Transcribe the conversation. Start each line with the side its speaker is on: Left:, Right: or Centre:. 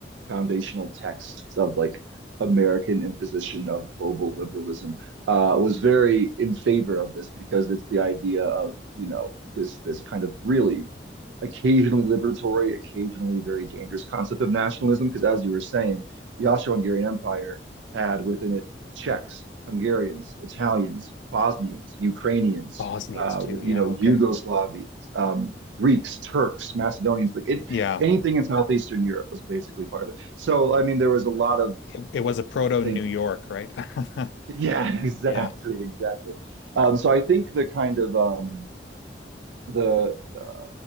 Right: foundational texts of like American imposition of global liberalism uh was very in favor of this because it's the idea of, you know, this this kind of really occasionally liberatory, occasionally very dangerous concept of nationalism. Because as you were saying, the Austro-Hungarian Empire had within it Czechs, Hungarians, Italians, Bosnians, Ukrainians,
Left: Bosnians
Right: uh,
Left: too. Yeah,
Right: you know,
Left: okay.
Right: Yugoslavians, um, Greeks, Turks, Macedonians, like it,
Left: Yeah.
Right: anything in Southeastern Europe was basically part of it. So, I mean, there was a lot of,
Left: It, it was a proto
Right: I think,
Left: New York, right? <laughs>
Right: <laughs> yeah, exactly,
Left: Yeah.
Right: exactly. Um, so I think the kind of um, the uh,